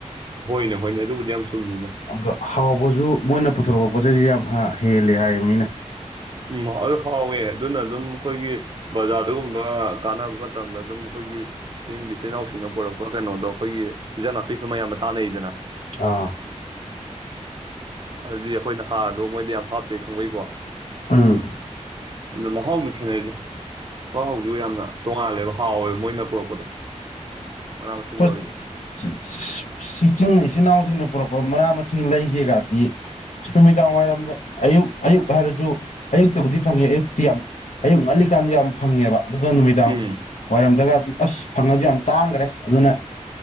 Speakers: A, on the right (about 40°); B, on the left (about 85°).
A: ꯍꯣꯏꯅꯦ ꯍꯣꯏꯅꯦ ꯑꯗꯨꯕꯨꯗꯤ ꯌꯥꯝ ꯆꯨꯝꯃꯤꯅ
B: ꯑ ꯍꯥꯎꯕꯁꯨ ꯃꯣꯏꯅ ꯄꯨꯊꯣꯔꯛꯄ ꯄꯣꯠꯆꯩꯁꯦ ꯌꯥꯝ ꯍꯦꯜꯂꯦ ꯍꯥꯏꯌꯦꯕ ꯃꯤꯅ
A: ꯎꯝ ꯍꯥꯎꯋꯦ ꯑꯗꯨꯅ ꯑꯗꯨꯝ ꯑꯩꯈꯣꯏꯒꯤ ꯕꯖꯥꯔꯗꯒꯨꯝꯕ ꯀꯥꯟꯅꯕ ꯃꯇꯝꯗ ꯑꯗꯨꯝ ꯑꯩꯈꯣꯏꯒꯤ ꯆꯤꯡꯒꯤ ꯏꯆꯤꯜ ꯏꯅꯥꯎꯁꯤꯡꯅ ꯄꯨꯔꯛꯄ ꯀꯩꯅꯣꯗꯣ ꯑꯩꯈꯣꯏꯒꯤ ꯏꯟꯖꯥꯡ ꯅꯥꯄꯤꯀꯣ ꯃꯌꯥꯝ ꯑꯃ ꯇꯥꯟꯅꯩꯗꯅ
B: ꯑꯥ
A: ꯑꯗꯨꯗꯤ ꯑꯩꯈꯣꯏꯅ ꯍꯥꯔꯗꯣ ꯃꯣꯏꯗꯤ ꯌꯥꯝ ꯍꯥꯞꯇꯦ ꯈꯪꯕꯩꯀꯣ
B: ꯑꯥ
A: ꯑꯗꯨꯅ ꯃꯍꯥꯎꯁꯨ ꯈꯦꯠꯅꯩꯗꯣ ꯃꯍꯥꯎꯗꯨ ꯌꯥꯝꯅ ꯇꯣꯉꯥꯜꯂꯦꯕ ꯍꯥꯎꯋꯦꯕ ꯃꯣꯏꯅ ꯄꯨꯔꯛꯄꯗꯣ
B: <unintelligible>
A: ꯃꯅꯥ ꯃꯁꯤꯡꯗ ꯑꯣꯏꯔꯁꯨ
B: ꯁꯤꯆꯤꯡ ꯏꯆꯤꯜ ꯏꯅꯥꯎꯁꯤꯡꯅ ꯄꯨꯔꯛꯄ ꯃꯅꯥ ꯃꯁꯤꯡ ꯂꯩꯒꯦꯒꯗꯤ ꯑꯁ ꯅꯨꯃꯤꯗꯥꯡ ꯋꯥꯏꯔꯝꯗ ꯑꯌꯨꯛ ꯑꯌꯨꯛ ꯍꯥꯏꯔꯁꯨ ꯑꯌꯨꯛꯇꯕꯨꯗꯤ ꯐꯪꯉꯦ ꯑꯌꯨꯛꯇꯤ ꯌꯥꯝ ꯑꯌꯨꯛ ꯉꯜꯂꯤꯀꯥꯟꯗ ꯌꯥꯝ ꯐꯪꯉꯦꯕ ꯑꯗꯨꯒ ꯅꯨꯃꯤꯗꯥꯡ
A: ꯎꯝ
B: ꯋꯥꯏꯔꯝꯗꯒꯗꯤ ꯑꯁ ꯐꯪꯉꯁꯨ ꯌꯥꯝ ꯇꯥꯡꯈ꯭ꯔꯦ ꯑꯗꯨꯅ